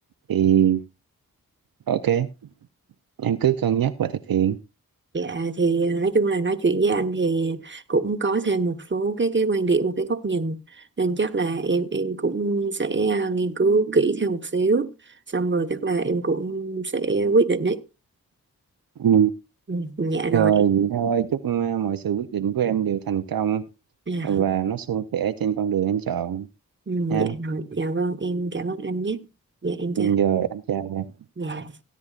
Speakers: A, on the right (about 75°); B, on the right (about 30°).
A: thì ok em cứ cân nhắc và thực hiện
B: dạ thì ờ, nói chung là nói chuyện với anh thì cũng có thêm một số cái cái quan điểm một cái góc nhìn nên chắc là em em cũng sẽ ờ, nghiên cứu kỹ thêm một xíu xong rồi chắc là em cũng sẽ quyết định đấy
A: ừ.
B: ừ, dạ rồi
A: rồi vậy thôi chúc ờ, mọi sự quyết định của em đều thành công
B: À,
A: và nó suôn sẻ trên con đường em chọn
B: Ừ,
A: nha
B: dạ rồi, dạ vâng em cảm ơn anh nhé. Dạ em chào.
A: Ừ, rồi anh chào
B: Dạ.